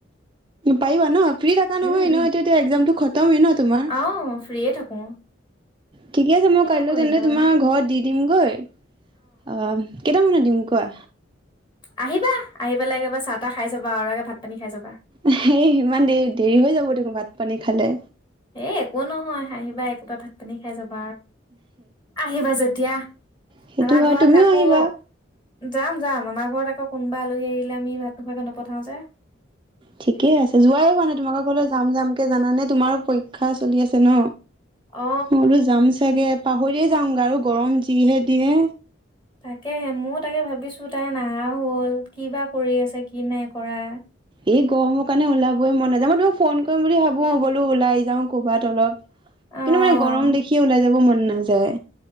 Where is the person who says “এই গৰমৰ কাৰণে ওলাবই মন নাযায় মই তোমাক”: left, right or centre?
Right